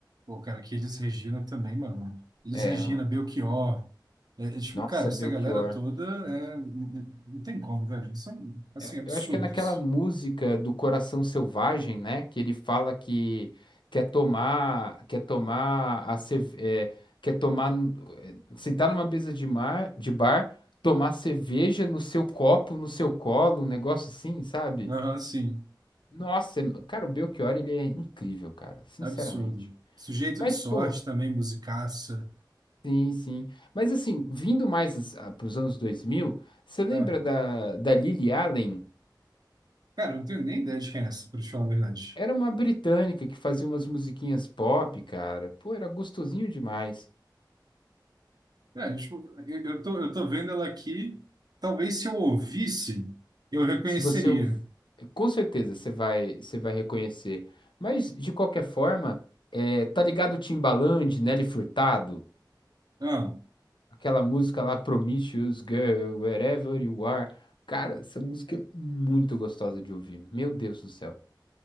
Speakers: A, on the right; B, on the left.
A: Pô, cara, que eles Regina também, mano. Eles
B: É,
A: Regina, Belchior. É, é, tipo,
B: nossa,
A: cara, essa
B: Belchior.
A: galera toda é, n- n- não tem como, velho. Eles são, assim,
B: É,
A: absurdos.
B: Eu acho que é naquela música do Coração Selvagem, né? Que ele fala que quer tomar, quer tomar a cerve- é, quer tomar, é, sentar numa mesa de mar, de bar, tomar cerveja no seu copo, no seu colo, um negócio assim, sabe?
A: Aham, sim,
B: Nossa, cara, o Belchior, ele é incrível, cara, sinceramente.
A: absurdo. Sujeito
B: Mas,
A: de sorte
B: pô,
A: também, musicaça.
B: sim, sim. Mas, assim, vindo mais para os anos dois mil você lembra
A: Ah,
B: da, da Lily Allen?
A: cara, eu não tenho nem ideia de quem é essa, pra te falar a verdade.
B: Era uma britânica que fazia umas musiquinhas pop, cara. Pô, era gostosinho demais.
A: É, tipo, eu eu tô, eu tô vendo ela aqui. Talvez se eu ouvisse, eu reconheceria.
B: Se você... ouv- Com certeza você vai, você vai reconhecer. Mas, de qualquer forma, é, tá ligado o Timbaland, Nelly Furtado?
A: Ah,
B: Aquela música lá, Promiscuous Girl, Wherever You Are. Cara, essa música é muito gostosa de ouvir. Meu Deus do céu.